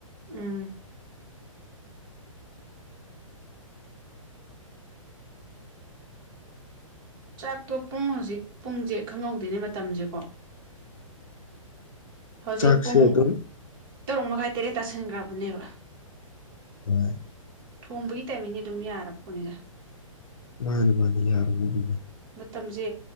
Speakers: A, on the right (about 40°); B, on the left (about 75°).
A: ꯎꯝ ꯆꯥꯛꯇꯣ ꯄꯨꯡ ꯍꯧꯖꯤꯛ ꯄꯨꯡꯁꯦ ꯈꯪꯍꯧꯗꯦꯅꯦ ꯃꯇꯝꯁꯦꯀꯣ ꯍꯧꯖꯤꯛ
B: ꯆꯥꯛꯁꯦ
A: ꯄꯨꯡ
B: ꯑꯗꯨ
A: ꯇꯔꯨꯛ ꯃꯈꯥꯏ ꯇꯔꯦꯠ ꯇꯥꯁꯟꯈ꯭ꯔꯕꯅꯦꯕ
B: ꯍꯣꯏ
A: ꯊꯣꯡꯕꯒꯤ ꯇꯥꯏꯃꯤꯡꯗꯤ ꯑꯗꯨꯝ ꯌꯥꯔꯕꯄꯣꯅꯤꯗ
B: ꯃꯥꯅꯤ ꯃꯥꯅꯤ ꯌꯥꯔꯅꯤ
A: ꯃꯇꯝꯁꯦ